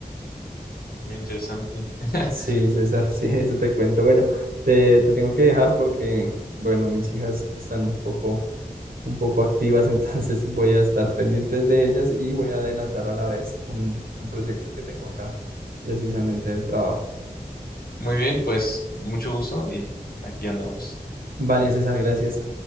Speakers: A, on the left; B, on the right.
A: muy interesante. <laughs>
B: Sí, César, <laughs> sí, eso te cuento. Bueno, te, te tengo que dejar porque, bueno, mis hijas están un poco un poco activas, <laughs> entonces voy a estar pendientes de ellas y voy a adelantar a la vez un, un proyecto que tengo acá, precisamente del trabajo.
A: Muy bien, pues mucho gusto y aquí andamos.
B: Vale, César, gracias.